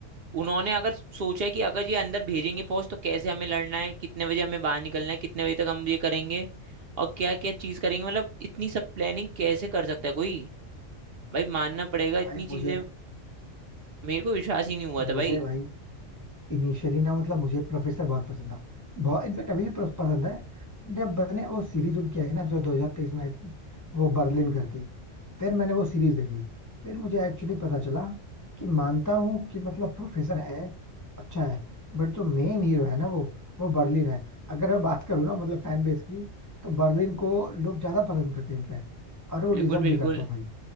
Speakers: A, on the right (about 60°); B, on the left (about 20°).
A: उन्होंने अगर सोचा कि अगर ये अंदर भेजेंगे फौज तो कैसे हमें लड़ना है कितने बजे हमें बाहर निकलना है कितने बजे तक हम ये करेंगे और क्या क्या चीज करेंगे मतलब इतनी सब प्लानिंग कैसे कर सकता है कोई भाई मानना पड़ेगा इतनी
B: भाई मुझे
A: चीजें
B: ना
A: मेरे को विश्वास ही नहीं हुआ था
B: मुझे
A: भाई
B: भाई इनिशियली ना मतलब मुझे प्रोफेसर बहुत पसंद था बहुत इनफैक्ट अभी भी पसंद है जब बने वो सीरीज उनकी आई ना जो 2023 में आई थी वो बर्लिन करके फिर मैंने वो सीरीज देखी फिर मुझे एक्चुअली पता चला कि मानता हूँ कि मतलब प्रोफेसर है अच्छा है बट जो मेन हीरो है ना वो वो बर्लिन है अगर मैं बात करूँ ना मतलब फैन बेस की तो बर्लिन को लोग ज्यादा पसंद करते हैं इनफैक्ट और वो
A: बिल्कुल
B: डिजर्व
A: बिल्कुल
B: भी करता है भाई